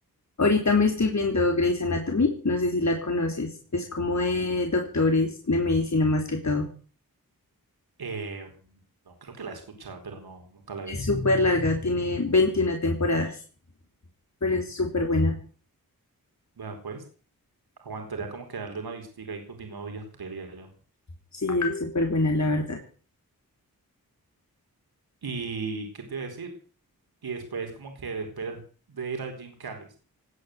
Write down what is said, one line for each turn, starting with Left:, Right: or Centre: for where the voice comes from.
Left: Ahorita me estoy viendo Grey's Anatomy, no sé si la conoces, es como de doctores de medicina más que todo.
Right: Eh, no, creo que la he escuchado, pero no, nunca la he
Left: Es
Right: visto.
Left: súper larga, tiene 21 temporadas, pero es súper buena.
Right: Bueno, pues aguantaría como que darle una vistiga ahí con mi novia, creería yo.
Left: Sí, es súper buena, la verdad.
Right: ¿Y qué te iba a decir? Y después como que después de ir al gym, ¿qué haces?